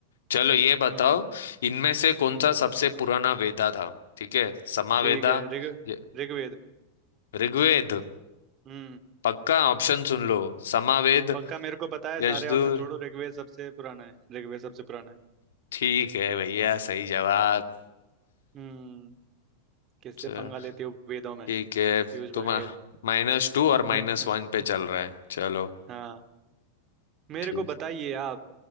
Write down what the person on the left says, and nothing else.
चलो ये बताओ
इनमें से कौन
सा सबसे पुराना वेदा था ठीक है समावेदा
ये-
ऋग्वेद
पक्का ऑप्शन सुन लो समावेद
यजुर्
ठीक है भैया सही जवाब
च-
ठीक है
तुम
माइनस टू और
माइनस वन पे चल रहा है चलो
ठीक